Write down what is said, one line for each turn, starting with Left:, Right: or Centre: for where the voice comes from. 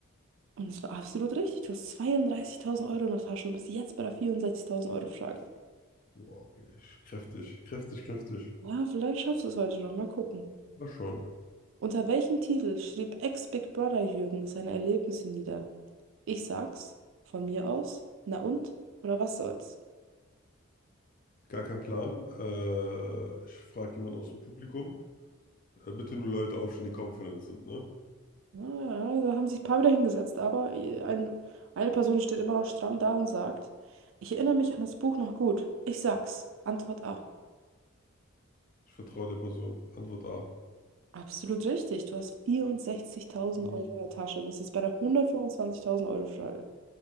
Right: Und es war absolut richtig. Du hast 32.000 Euro in der Tasche und bist jetzt bei der 64.000 Euro Frage.
Left: Wow, okay. Ich, kräftig, kräftig, kräftig.
Right: Ja, vielleicht schaffst du es heute noch. Mal gucken.
Left: Mal schauen.
Right: Unter welchem Titel schrieb Ex-Big Brother Jürgen seine Erlebnisse nieder? Ich sag's. Von mir aus? Na und? Oder was soll's?
Left: Gar kein Plan. Äh, ich frage jemanden aus dem Publikum. Äh, bitte nur Leute aufstellen, die confident sind, ne?
Right: Ja, da haben sich ein paar wieder hingesetzt, aber äh, ein, eine Person steht immer noch stramm da und sagt, ich erinnere mich an das Buch noch gut. Ich sag's. Antwort A.
Left: Ich vertraue der Person. Antwort A.
Right: Absolut richtig. Du hast vierundsechzigtausend
Left: Mhm.
Right: Euro in der Tasche. Bist jetzt bei der hundertfünfundzwanzigtausend Euro Frage.